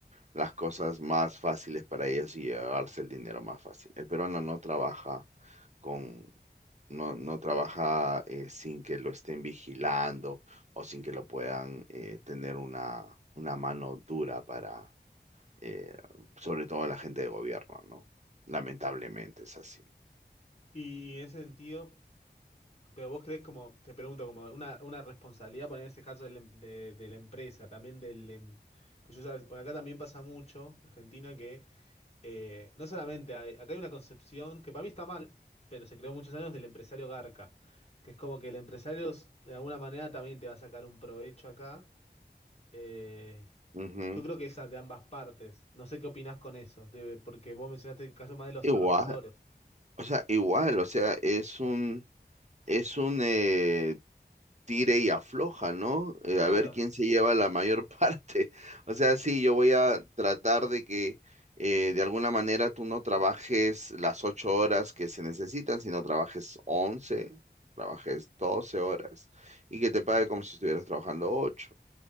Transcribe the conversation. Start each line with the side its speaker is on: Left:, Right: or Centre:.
Right: las cosas más fáciles para ellos y llevarse el dinero más fácil. El peruano no trabaja. con, no, no trabaja eh, sin que lo estén vigilando o sin que lo puedan eh, tener una, una mano dura para, eh, sobre todo la gente de gobierno, ¿no? Lamentablemente es así.
Left: Y, y en ese sentido, pero vos creés como, te pregunto, como una, una responsabilidad, poner en ese caso del em- de, de la empresa, también del... em, Pues yo, sabes, por acá también pasa mucho, Argentina, que Eh, no solamente, hay- acá hay una concepción que para mí está mal, pero se creó muchos años del empresario garca, que es como que el empresario s- de alguna manera también te va a sacar un provecho acá. Eh,
Right: Ujú.
Left: yo creo que esa de ambas partes. No sé qué opinás con eso, de- porque vos mencionaste el caso más de los
Right: Igual,
Left: trabajadores.
Right: o sea, igual, o sea, es un, es un, eh, tire y afloja, ¿no? Eh,
Left: Claro,
Right: a ver quién se lleva la mayor <laughs> parte. O sea, sí, yo voy a tratar de que eh, de alguna manera tú no trabajes las ocho horas que se necesitan, sino trabajes once, trabajes doce horas y que te pague como si estuvieras trabajando ocho.